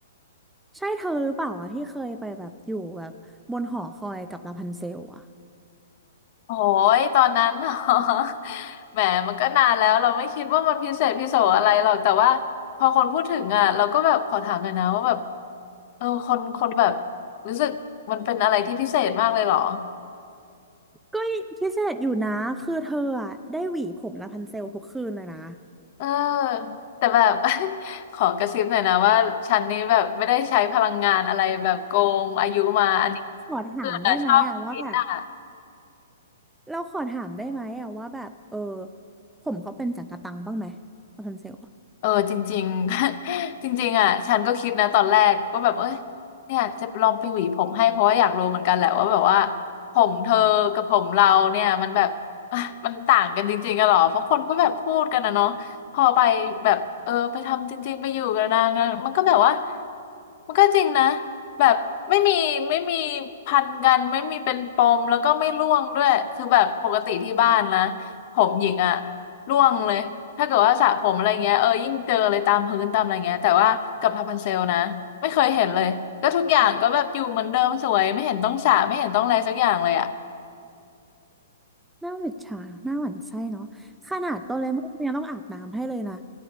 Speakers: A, in the centre; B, on the left.
A: ใช่เธอหรือเปล่าอ่ะที่เคยไปแบบอยู่แบบบนหอคอยกับลาพันเซลอ่ะ
B: โอ้ยตอนนั้น <laughs> เหรอ <laughs> แหมมันก็นานแล้วเราไม่คิดว่ามันพิเศษพิโสอะไรหรอกแต่ว่าพอคนพูดถึงอ่ะเราก็แบบขอถามหน่อยนะว่าแบบเออคนคนแบบรู้สึกมันเป็นอะไรที่พิเศษมากเลยเหรอ
A: ก็พิเศษอยู่นะคือเธออะได้หวีผมละพันเซลทุกคืนเลยนะ
B: เออแต่แบบ <laughs> ขอกระซิบหน่อยนะว่าฉันนี้แบบไม่ได้ใช้พลังงานอะไรแบบโกงอายุมาอันนี้
A: ขอถามได้ไหมอะว่าแบบ
B: คือนะชอบคิดอ่ะ
A: เราขอถามได้ไหมอะว่าแบบเออผมเขาเป็นจักระตังบ้างไหมละพันเซลอะ
B: เออจริงๆ <laughs> จริงๆอ่ะฉันก็คิดนะตอนแรกว่าแบบเอ้ยเนี่ยจะลองไปหวีผมให้เพราะว่าอยากรู้เหมือนกันแหละว่าแบบว่าผมเธอกับผมเราเนี่ยมันแบบ <laughs> อ่ะมันต่างกันจริงๆกันหรอเพราะคนก็แบบพูดกันนะเนาะพอไปแบบเออไปทำจริงๆไปอยู่กับนางอะมันก็แบบว่ามันก็จริงนะแบบไม่มีไม่มีพันกันไม่มีเป็นปมแล้วก็ไม่ร่วงด้วยคือแบบปกติที่บ้านนะผมหญิงอ่ะ ร่วงเลยถ้าเกิดว่าสระผมอะไรเงี้ยเออยิ่งเจออะไรตามพื้นตามอะไรเงี้ยแต่ว่ากับทาพันเซลนะไม่เคยเห็นเลยก็ทุกอย่างก็แบบอยู่เหมือนเดิมสวยไม่เห็นต้องสระไม่เห็นต้องอะไรสักอย่างเลยอ่ะ
A: หน้าหวิดฉาหน้าหวั่นไส้เนาะขนาดโดเรมอนยังต้องอาบน้ำให้เลยนะ